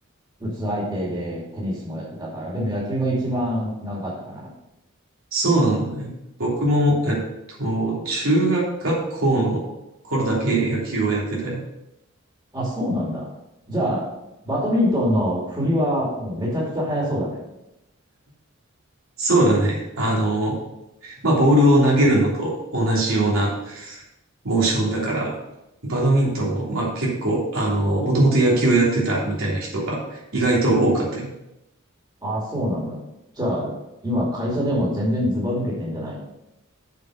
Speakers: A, on the right; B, on the right.
A: 打つ相手でテニスもやってたから、でも野球が一番長かったかな。
B: そうなんだね。僕も、えっと、中学学校の頃だけ野球をやってたよ。
A: あ、そうなんだ。じゃあ、バドミントンの振りはもうめちゃくちゃ速そうだね。
B: そうだね。あの、まあ、ボールを投げるのと同じようなモーションだから、バドミントンも、まあ、結構、あの、もともと野球をやってたみたいな人が意外と多かったよ。
A: あ、そうなんだ。じゃあ、今会社でも全然ズバ抜けてんじゃない